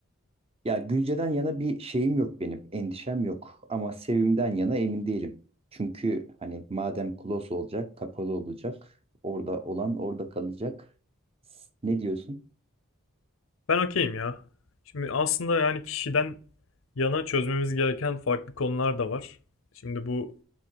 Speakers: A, on the right (about 25°); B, on the left (about 75°).
A: Ya Gülce'den yana bir şeyim yok benim, endişem yok. Ama Sevim'den yana emin değilim. Çünkü hani madem close olacak, kapalı olacak, orada olan orada kalacak. S- Ne diyorsun?
B: Ben okeyim ya. Şimdi aslında yani kişiden yana çözmemiz gereken farklı konular da var. Şimdi bu